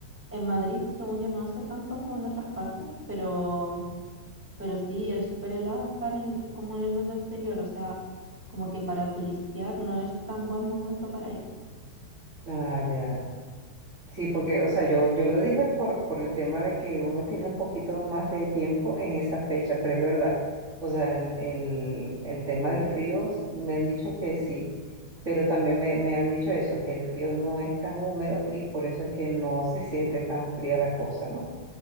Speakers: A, in the centre; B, on the right.
A: En Madrid, según yo, no hace tanto como en otras partes, pero, pero sí, es súper helado estar en, como en el mundo exterior. O sea, como que para turistear no es tan buen momento para ir.
B: Ah, ya. Sí, porque, o sea, yo, yo lo dije por, por el tema de que uno tiene un poquito más de tiempo en esa fecha, pero es verdad. O sea, el, el, el tema del frío s- me han dicho que sí, pero también me, me han dicho eso, que el frío no es tan húmedo y por eso es que no se siente tan fría la cosa, ¿no?